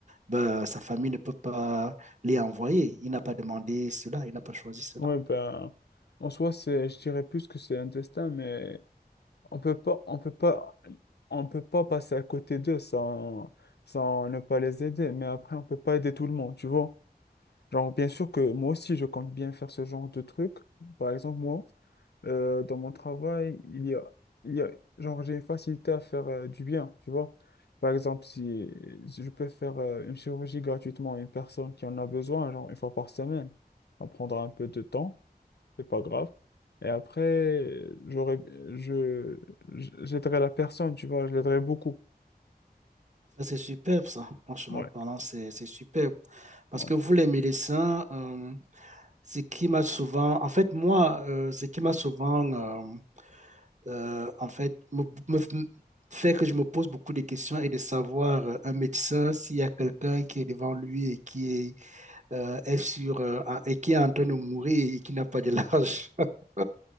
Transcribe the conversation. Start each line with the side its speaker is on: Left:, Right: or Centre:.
Right: ben, sa famille ne peut pas les envoyer. Il n'a pas demandé cela, il n'a pas choisi cela.
Left: Ouais, ben, en soi, c'est, je dirais plus que c'est un destin, mais on peut pas, on peut pas, on peut pas passer à côté d'eux sans, sans ne pas les aider. Mais après, on peut pas aider tout le monde, tu vois. Genre, bien sûr que moi aussi, je compte bien faire ce genre de truc. Par exemple, moi, euh, dans mon travail, il y a, il y a, genre, j'ai une facilité à faire euh, du bien, tu vois. Par exemple, si si je peux faire euh, une chirurgie gratuitement à une personne qui en a besoin, genre une fois par semaine, ça prendra un peu de temps c'est pas grave. Et après, j'aurais, je, je- j'aiderais la personne, tu vois, je l'aiderais beaucoup.
Right: Ça, c'est superbe, ça. Franchement
Left: Ouais,
Right: parlant, c'est c'est superbe. Parce
Left: ouais.
Right: que vous, les médecins, euh, ce qui m'a souvent, en fait, moi, euh, ce qui m'a souvent, euh, euh, en fait, me, me- me fait que je me pose beaucoup de questions et de savoir euh, un médecin s'il y a quelqu'un qui est devant lui et qui est, euh, est sur, euh, en- et qui est en train de mourir et qui n'a pas de large. <laughs>